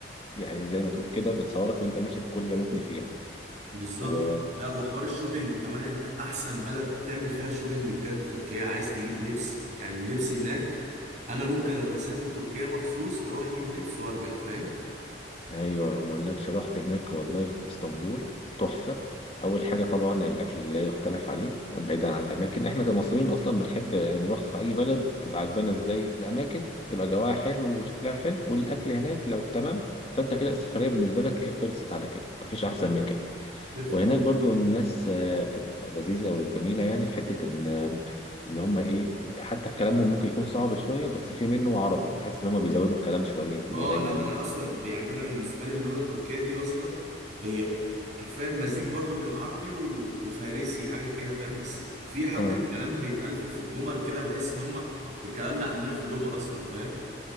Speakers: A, on the left (about 35°); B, on the right (about 40°).
A: يعني زي ما تقول كده بتصورك وانت ماشي في كل ركن فيها
B: بالظبط
A: و...
B: لا وحوار الشوبينج كمان انت احسن بلد تعمل فيها شوبينج بجد تركيا عايز تجيب لبس يعني اللبس هناك انا ممكن اروح اسافر تركيا مخصوص اروح اجيب اللبس وارجع فاهم
A: ايوه ما اقولكش رحت هناك والله في اسطنبول تحفه اول حاجه طبعا الاكل لا يختلف عليه بعيدا عن الاماكن احنا كمصريين اصلا بنحب نروح في اي بلد تبقى عجبانا ازاي الاماكن تبقى جواها حلو وشكلها حلو والاكل هناك لو تمام فانت كده السفريه بالنسبه لك ايه خلصت على كده مفيش
B: بالظبط
A: احسن من كده
B: بيرفكت
A: وهناك برضو الناس آه، بتبقى لذيذه وجميله يعني في حته ان آه، ان هم ايه حتى في كلامهم ممكن يكون صعب شويه بس في منه عربي تحس ان هم بيزودوا الكلام شويه بيقللوه
B: اه لا انا اصلا ب- يعني انا بالنسبه لي اللغه التركيه دي اصلا هي حرفيا مزيج برضو بين عربي و... وفارسي حاجه كده فاهم بس في حبه
A: اه
B: كلام بيتقال في في الجمل كده بحس ان هم الكلام ده عندنا في اللغه اصلا فاهم